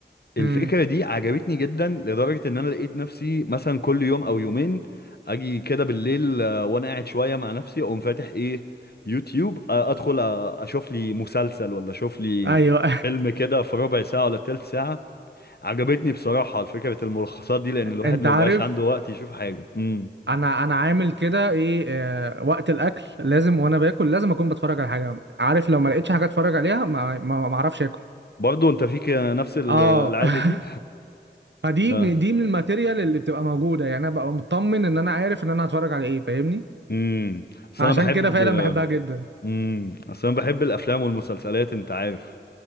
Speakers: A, on the left; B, on the right.
A: الفكرة
B: امم
A: دي عجبتني جدا لدرجة ان انا لقيت نفسي مثلا كل يوم او يومين اجي كده بالليل آه، وانا قاعد شوية مع نفسي اقوم فاتح ايه يوتيوب آه، ادخل آه، اشوف لي مسلسل ولا اشوف لي
B: ايوه
A: فيلم كده في ربع ساعة ولا تلت ساعة عجبتني بصراحة فكرة الملخصات دي لأن
B: <laughs>
A: الواحد
B: انت
A: ما
B: عارف
A: بيبقاش عنده وقت يشوف حاجة امم
B: انا انا عامل كده ايه آه وقت الاكل لازم وانا باكل لازم اكون بتفرج على حاجه عارف لو ما لقيتش حاجه اتفرج عليها ما ما ما اعرفش اكل
A: برضو انت فيك نفس ال-
B: اه
A: العادة دي
B: <laughs> فدي
A: اه
B: من- دي من الماتيريال اللي بتبقى موجوده يعني انا ببقى مطمن ان انا عارف ان انا هتفرج على ايه فاهمني
A: امم اصل
B: عشان
A: انا بحب
B: كده فعلا بحبها جدا
A: امم اصل انا بحب الافلام والمسلسلات انت عارف